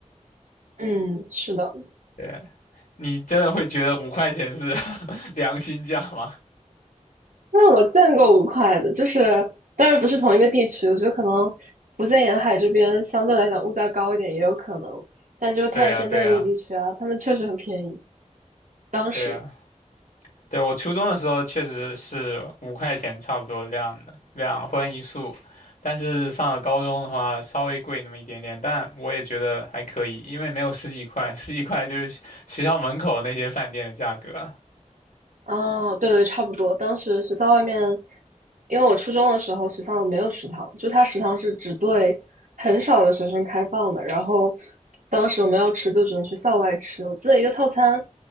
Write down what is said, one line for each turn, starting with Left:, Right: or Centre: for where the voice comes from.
Right: <laughs> 嗯，是的。
Left: 对，你真的会觉得五块钱是 <laughs> 良心价吗？
Right: 那我见过五块的，就是当然不是同一个地区，我觉得可能福建沿海这边相对来讲物价高一点也有可能，但就是看一些内陆地区啊，
Left: 对呀，对呀，
Right: 他们确实很便宜。当时，
Left: 对呀，对，我初中的时候确实是五块钱差不多量的，两荤一素，但是上了高中的话稍微贵那么一点点，但我也觉得还可以，因为没有十几块，十几块就是学学校门口那些饭店的价格了
Right: 啊，对对，差不多。当时学校外面，因为我初中的时候学校没有食堂，就它食堂是只对很少的学生开放的。然后当时我们要吃，就只能去校外吃。我记得一个套餐